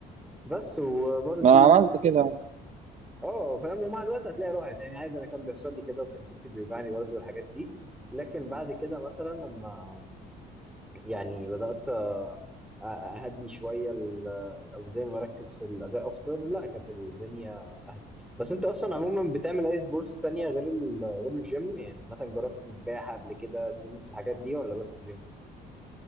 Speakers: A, in the centre; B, on the right.
A: بس وبرده
B: ما انا عملت كده
A: اه فاهم ومع الوقت هتلاقي راحت يعني عادي انا كان بيحصل لي كده وكان كتفي بيوجعني برده والحاجات دي لكن بعد كده مثلا لما يعني بدأت آه، أهدي شوية ال- الأوزان وأركز في الأداء أكتر لا كانت الدنيا أهدى بس أنت أصلا عموما بتعمل أي سبورتس تانية غير ال- غير الجيم يعني مثلا جربت سباحة قبل كده تنس الحاجات دي ولا بس جيم؟